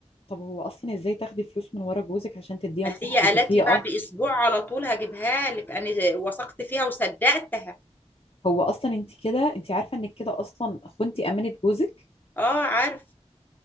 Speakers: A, on the left; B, on the left.
A: طب هو اصلا ازاي تاخدي فلوس من ورا جوزك عشان تديها
B: فهي
A: لصاحبتك
B: قالت
A: هي
B: لي بعد
A: اصلا
B: أسبوع على طول هجيبها لك أنا وثقت فيها وصدقتها
A: هو اصلا انت كده انت عارفة انك كده اصلا خنتي امانة جوزك
B: اه عارف